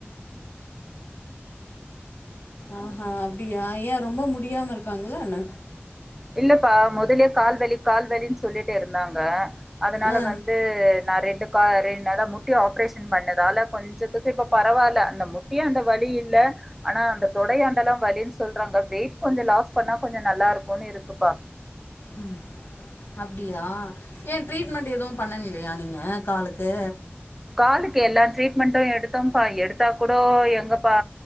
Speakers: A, on the left (about 60°); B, in the centre.
A: ஆ ஹா அப்டியா ஏ ரொம்ப முடியாம இருக்காங்களா என்ன
B: இல்லப்பா மொதல்லயே கால்வலி கால்வலின் சொல்லிட்டே இருந்தாங்க அதனால
A: ஆ
B: வந்து நா ரெண்டு க்கா ரெண் அத முட்டி ஆப்ரேஷன் பண்ணதால கொஞ்சத்துக்கு இப்போ பரவால அந்த முட்டியு அந்த வலி இல்ல ஆனா அந்த தொடையாண்டலா வலின் சொல்றாங்க வெயிட் கொஞ்சோ லாஸ் பண்ணா கொஞ்ச நல்லாருக்குன் இருக் குப்பா
A: ம் அப்டியா ஏ ட்ரீட்மெண்ட் எதுவு பண்ணவே இல்லையா நீங்க காலுக்கு
B: காலுக்கு எல்லா ட்ரீட்மெண்ட்டு எடுத்தோம்ப்பா எடுத்தா கூட எங்கப்பா